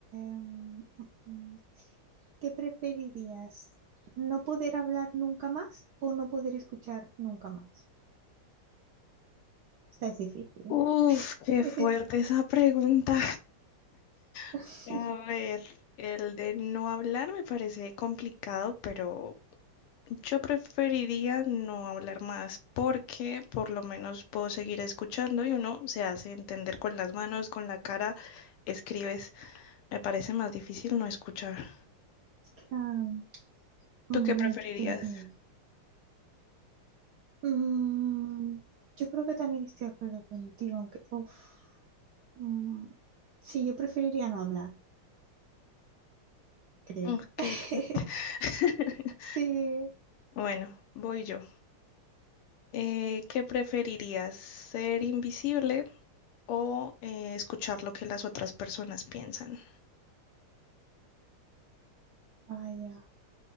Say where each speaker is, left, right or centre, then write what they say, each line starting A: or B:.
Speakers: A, on the right (about 70°); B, on the left (about 85°).
A: mm, mm, ¿qué preferirías? ¿No poder hablar nunca más o no poder escuchar nunca más? Esta es difícil.
B: Uf,
A: ¿eh?
B: qué fuerte esa pregunta. <laughs>
A: <laughs>
B: A ver, el de no hablar me parece complicado, pero yo preferiría no hablar más porque por lo menos puedo seguir escuchando y uno se hace entender con las manos, con la cara, escribes Me parece más difícil no escuchar.
A: Claro,
B: ¿Tú
A: mm,
B: qué preferirías?
A: te entiendo. Mm, yo creo que también estoy de acuerdo contigo, aunque, uf, Mm, sí, yo preferiría no hablar, creo.
B: Mm, qué
A: <laughs>
B: fuerte. <laughs>
A: Sí,
B: Bueno, voy yo. Eh, ¿qué preferirías? ¿Ser invisible o eh, escuchar lo que las otras personas piensan?
A: vaya.